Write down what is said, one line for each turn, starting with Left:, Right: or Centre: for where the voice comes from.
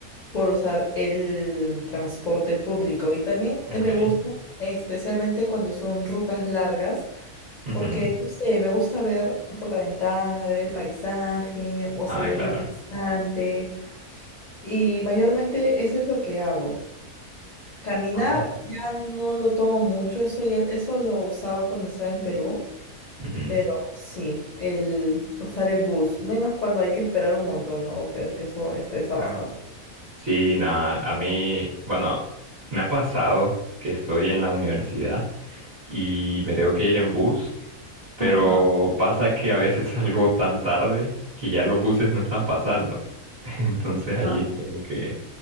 Left: por usar el transporte público. Y también eh,
Right: Ok.
Left: me gusta, especialmente cuando son rutas largas,
Right: Ujú.
Left: porque, no sé, me gusta ver por la ventana, ver el paisaje o
Right: Ah,
Left: si hay
Right: claro.
Left: algo interesante. Y mayormente eso es lo que hago. Caminar
Right: Ah,
Left: ya no lo tomo mucho, eso ya, eso lo usaba cuando estaba en Perú,
Right: Ujú.
Left: pero sí, el usar el bus, menos cuando hay que esperar un montón, ¿no? O sea, es que eso estresa
Right: claro.
Left: bastante.
Right: Sí, nada, a mí, bueno, me ha pasado que estoy en la universidad y me tengo que ir en bus, pero
Left: Ajá,
Right: pasa que a veces salgo tan tarde que ya los buses no están pasando. <laughs> Entonces ahí
Left: ajá,
Right: es como que